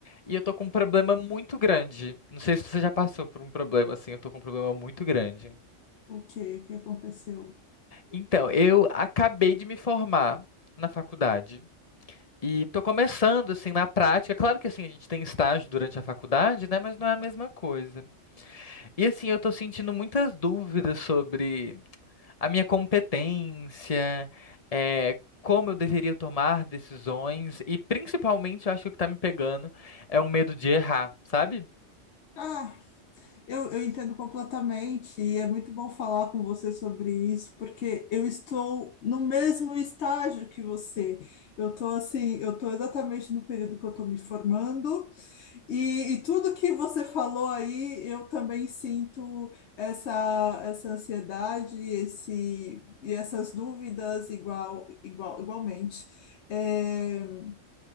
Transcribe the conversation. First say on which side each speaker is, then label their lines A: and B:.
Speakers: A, on the left (about 35°); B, on the left (about 65°).
A: E eu tô com um problema muito grande. Não sei se você já passou por um problema assim, eu tô com um problema muito grande.
B: O que, o que aconteceu?
A: Então, eu acabei de me formar na faculdade. E tô começando assim na prática. Claro que assim a gente tem estágio durante a faculdade, né, mas não é a mesma coisa. E assim, eu tô sentindo muitas dúvidas sobre a minha competência, é, como eu deveria tomar decisões, e principalmente, eu acho que o que tá me pegando é o medo de errar, sabe?
B: Ah, eu, eu entendo completamente e é muito bom falar com você sobre isso, porque eu estou no mesmo estágio que você. Eu estou assim, eu estou exatamente no período que eu estou me formando. E, e tudo que você falou aí, eu também sinto essa, essa ansiedade e esse, e essas dúvidas igual, igual, igualmente. É,